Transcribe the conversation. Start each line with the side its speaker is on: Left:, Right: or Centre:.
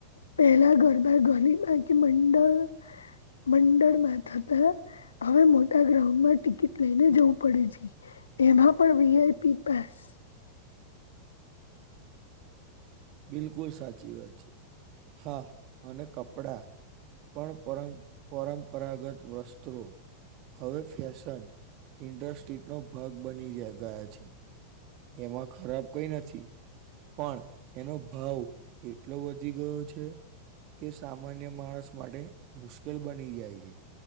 Left: પહેલા ગરબા ગલીમાં કે મંડળ મંડળમાં થતા હવે મોટા ગ્રાઉન્ડમાં ટિકિટ લઈને જવું પડે છે. એમાં પણ વીઆઈપી પાસ
Right: બિલકુલ સાચી વાત છે, હા અને કપડા પણ પર પરંપરાગત વસ્ત્રો હવે ફેશન ઇન્ડસ્ટ્રી નો ભાગ બની જ ગયા છે. એમાં ખરાબ કઈ નથી. પણ એનો ભાવ એટલો વધી ગયો છે. કે સામાન્ય માણસ માટે મુશ્કેલ બની જાય છે.